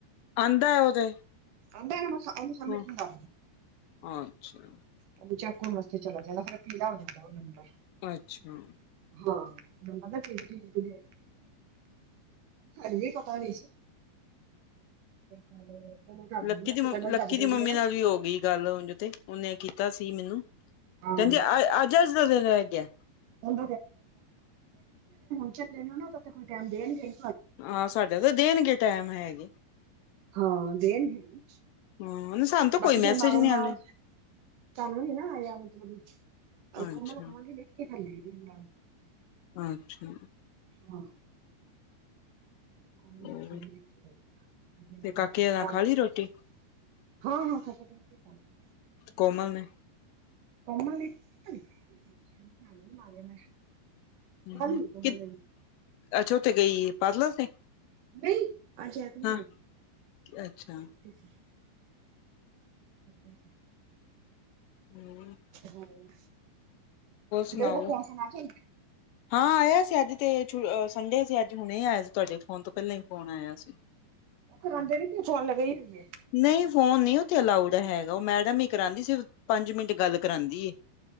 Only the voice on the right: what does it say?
ਆਂਦਾ <unintelligible> ਏਂਹੈ
ਓਹ ਚੈੱਕ ਹੋਣ ਵਾਸਤੇ ਚਲਾ ਜਾਂਦਾ ਫਿਰ ਪੀਲਾ ਹੋ ਜਾਂਦਾ ਓਹ ਨੰਬਰ।
ਹਾਂ, ਨੰਬਰ ਨਾ <unintelligible> ਇਹੀਓ ਪਤਾ ਨੀ ਸੀ। ਫਿਰ ਕਮਲ ਕਮਲ ਦੱਬ ਦਿੰਦੀ
ਮੈਂ
ਤਾਂ
ਕਮਲ
ਦੱਬ ਦਿੰਦੀ
ਹੈ ਨਾ
ਹਾਂ
<unintelligible> ਹੁਨ ਚੱਲੇ ਨੇ ਓਨਾ ਦਾ ਤੇ ਕੋਈ ਟਾਈਮ ਦੇਣਗੇ ਇ।
ਹਾਂ ਦੇਣਗੇ ਇ,
ਬਾਕੀ
ਚੱਲ
ਮਾਰੋ
ਮਾਰ,
ਸਾਨੂੰ ਨੀ ਨਾ ਆਇਆ ਮਤਲਬ ਕੋਮਲ
ਨੂੰ ਕਾਹਾ ਗੀ ਲਿਖ ਕੇ <unintelligible>
ਹਾਂ। ਘੁੰਮਣ
ਔਖਾਂ ਵੀ ਵੇਖ ਕੇ ਜਾਂਦੇ, ਨਾਲ ਵੀ
<unintelligible>
ਹਾਂ-ਹਾਂ ਮੈਂ ਕ
ਕਮਲ ਨੇ <unintelligible> ਝਾੜੂ ਨੀ ਮਾਰਿਆ ਮੈਂ'।
ਖਾਲੀ
ਕੋਮਲ
ਨੇ
ਨਹੀਂ, ਅੱਜ ਐਤਵਾਰ
ਏ,
ਛੁੱਟੀ ਸੀ। ਛੁੱਟੀ ਸਿ
ਹੋਰ,
ਦੇ <unintelligible> ਨਾ ਚਲ।
ਕਰਾਂਂਦੇ ਨੇ ਕਿ ਫੋਨ ਨਾਲ ਲਗੀ ਰਹਦੀ ਏ।